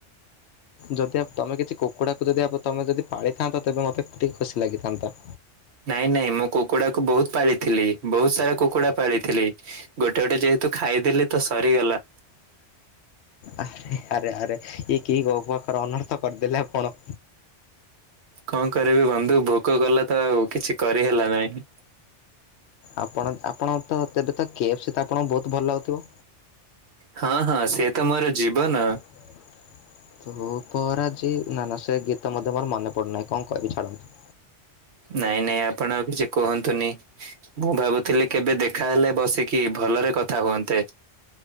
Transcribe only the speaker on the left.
ଯଦି ଆପ-ତମେ କିଛି କୁକୁଡାକୁ ଯଦି ଆପ-ତମେ ଯଦି ପାଳିଥାନ୍ତା ତେବେ ମତେ ଟିକେ ଖୁସି ଲାଗିଥାନ୍ତା।
ଆରେ ଆରେ ଆରେ ଇଏ କି କୋଉ ପାଖରେ ଅନର୍ଥ କରିଦେଲେ ଆପଣ?
ଆପଣ ଆପଣ ତ ତେବେ ତ କେଫ୍ସି ଆପଣଙ୍କୁ ବହୁତ ଭଲ ଲାଗୁଥିବ?
<unintelligible> ତୁ ପରାଜି ନା ନା ସେ ଗୀତ ମଧ୍ୟ ମୋର ମନେ ପଡୁନାହିଁ କଣ କହିବି ଛାଡ଼ନ୍ତୁ।